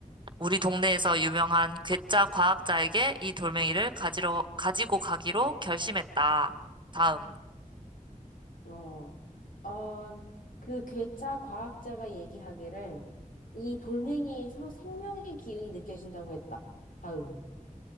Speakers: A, on the right; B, on the left.
A: 우리 동네에서 유명한 괴짜 과학자에게 이 돌멩이를 가지러, 가지고 가기로 결심했다. 다음.
B: 어, 어, 그 괴짜 과학자가 얘기하기를 이 돌멩이에서 생명의 기운이 느껴진다고 했다. 다음.